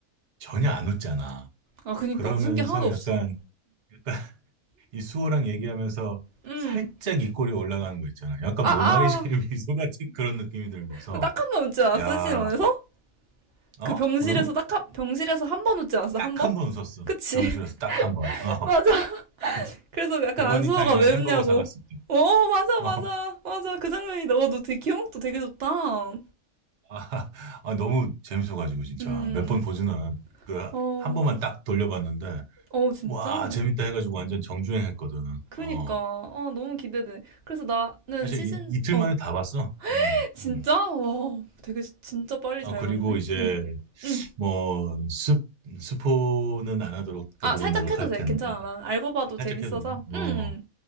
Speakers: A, on the right; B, on the right.
A: 전혀 안 웃잖아.
B: 아, 그니까.
A: 그러면서
B: 웃음 게 하나도 없어.
A: 약간 약간 이 수호랑 얘기하면서
B: 음.
A: 살짝 입꼬리 올라가는 거 있잖아. 약간
B: 아,
A: 모나리자의
B: 아.
A: <laughs> 미소 같은 그런 느낌이 들면서,
B: 그 딱 한 번 웃지 않았어,
A: 야,
B: 시즌 원에서
A: 어?
B: 그 병실에서
A: 뭐라고?
B: 딱 한, 병실에서 한 번 웃지 않았어,
A: 딱
B: 한 번?
A: 한 번 웃었어.
B: 그치?
A: 병실에서
B: <laughs>
A: 딱 한 번. 어,
B: 맞아.
A: 그
B: 그래서 약간
A: 도가니탕이랑
B: 안소아가 왜
A: 햄버거
B: 웃냐고.
A: 사갔을 때.
B: 어, 맞아,
A: 어,
B: 맞아, 맞아. 그 장면이 너와너 되게 기억도 되게 좋다.
A: 아, 아, 너무 재밌어가지고, 진짜.
B: 음,
A: 몇 번 보지는, 그,
B: 어,
A: 한 번만 딱 돌려봤는데,
B: 어, 진짜?
A: 와, 재밌다 해가지고 완전 정주행 했거든.
B: 그니까,
A: 어,
B: 아, 너무 기대돼. 그래서 나는
A: 사실
B: 시즌,
A: 이, 이틀
B: 어,
A: 만에 다 봤어. 응,
B: <laughs> 진짜?
A: 응.
B: 와, 되게, 진짜 빨리
A: 아,
B: 잘
A: 그리고
B: 봤네.
A: 이제
B: 응, 응.
A: 뭐 스, 스포는 안 하도록 되도록
B: 아, 살짝
A: 노력할
B: 해도 돼.
A: 텐데
B: 괜찮아. 난 알고 봐도
A: 살짝
B: 재밌어서.
A: 해도 돼요. 어
B: 응, 응,